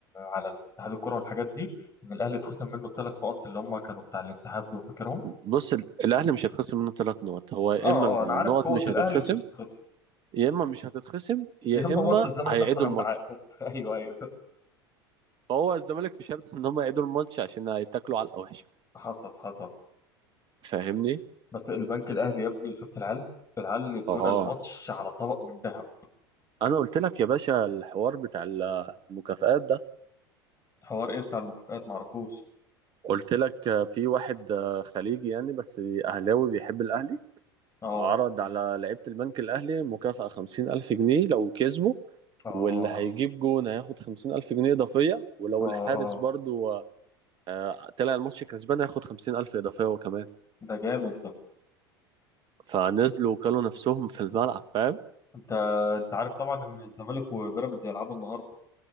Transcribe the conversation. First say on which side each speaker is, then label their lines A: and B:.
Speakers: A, on the left; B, on the right.
A: على اتحاد الكره والحاجات دي ان الاهلي اتخصم منه الثلاث نقط اللي هم كانوا بتاع الانسحاب دول فاكرهم
B: بص ال- الاهلي مش هيتخصم منه ثلاث نقط هو يا
A: اه
B: اما النقط
A: اه انا عارف قوه
B: مش
A: الاهلي
B: هتتخصم
A: مش هتتخسر
B: يا اما مش هتتخصم يا
A: يا اما
B: اما
A: ماتش الزمالك
B: هيعيدوا
A: اصلا
B: الماتش
A: هيتعاد <laughs> ايوه ايوه
B: فهو الزمالك مش هيرضى ان هم يعيدوا الماتش عشان هيتاكلوا على الوحشه
A: حصل حصل
B: فاهمني
A: بس البنك الاهلي يا ابني شفت العيال العيال ادونا
B: اه
A: الماتش على طبق من ذهب
B: انا قلت لك يا باشا الحوار بتاع ال- المكافآت ده
A: حوار ايه بتاع المكافآت معرفوش
B: قلت لك آه، في واحد آه، خليجي يعني بس أهلاوي بيحب الأهلي
A: اه
B: عرض على لعيبة البنك الأهلي مكافأة خمسين ألف جنيه لو كسبوا
A: اه
B: واللي هيجيب جون هياخد خمسين ألف جنيه إضافية ولو
A: اه
B: الحارس
A: اه
B: برضو آه، طلع الماتش كسبان هياخد خمسين ألف إضافية وكمان
A: ده جامد ده
B: فنزلوا وكلوا نفسهم في الملعب فاهم
A: انت انت عارف طبعا ان الزمالك وبيراميدز هيلعبوا النهارده